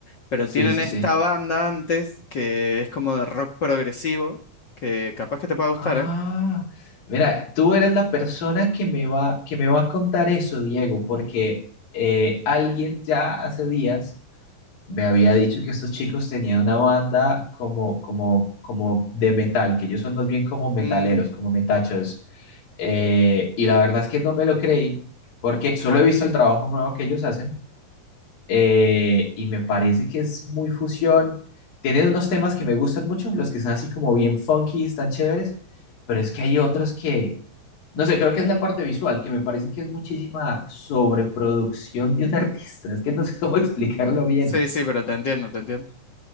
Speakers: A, on the left (about 50°); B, on the left (about 75°).
A: pero
B: Sí,
A: tienen
B: sí,
A: esta
B: sí.
A: banda antes que es como de rock progresivo, que capaz que te pueda gustar,
B: Ah,
A: ¿eh?
B: mira, tú eres la persona que me va, que me va a contar eso, Diego, porque eh, alguien ya hace días me había dicho que estos chicos tenían una banda como, como, como de metal, que ellos son más bien como metaleros,
A: Mm,
B: como metachos. Eh, y la verdad es que no me lo creí, porque solo
A: ajá.
B: he visto el trabajo nuevo que ellos hacen eh, y me parece que es muy fusión. Tienen unos temas que me gustan mucho, los que son así como bien funky, están chéveres, pero es que hay otros que, no sé, creo que es la parte visual, que me parece que es muchísima sobreproducción de un artista, es que no sé cómo <laughs> explicarlo bien
A: Sí, sí, pero te entiendo, te entiendo.